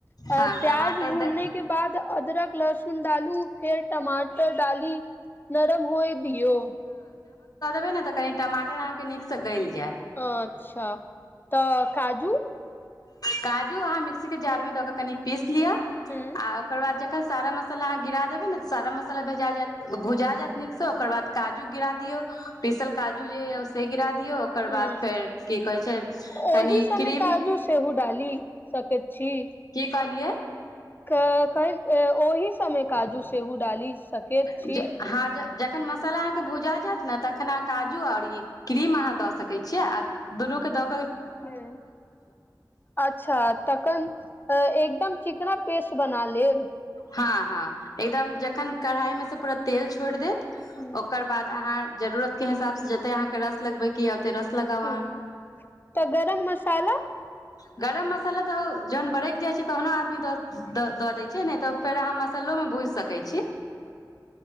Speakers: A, on the left (about 25°); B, on the left (about 55°).
A: प्याज
B: हँ टमाटर
A: भुनने
B: द
A: के बाद अदरक लहसुन डालू फेर टमाटर डाली नरम होय दियो
B: बनेबय तऽ कनी माटर अह के नीकसँ ग गेल
A: अच्छा तऽ काजू
B: काजू अहाँ मिक्सी के जार में दऽ क कनि पीस किय
A: हूं
B: आ ओकर बाद अख सारा मसाला अह गिरा देबे ने सारा मसाला भेजा जात भुजा जायत नीकसँ ओकर बाद काजू गिरा दियौ पीसल काजू जे यए से गिरा दियौ ओकर
A: हूं
B: बाद फेर की कहैत छै
A: ओहि
B: कनि
A: समय
B: क्रीम
A: काजू सेहो डाली सकैत छी
B: की कहलियै
A: क कइ ए ओहि समय काजू छओ डाली सकैत छी
B: ज हँ जखन मसाला अहं के भूजा जायत ने तखन अह काजू और ई क्रीम अहाँ द सके छीये आ दुनू के द
A: ह अच्छा तखन एकदम चिकना पेस्ट बना लेब
B: हँ हँ एकदम जखन कढ़ाइ मे से पूरा तेल छोड़ देत
A: हूं
B: ओकर बाद अहाँ जरूरत के हिसाब से जते अहाँ के रस लगबे के य त रस लगाव
A: हूं तऽ गरम मसाला
B: गरम मसाल तऽ जहन बरैइक जाइ छै तहनो आदमी दऽ द द दैई छै नहि तऽ फेर अहाँ मस्सलो मे भूजि सकै छी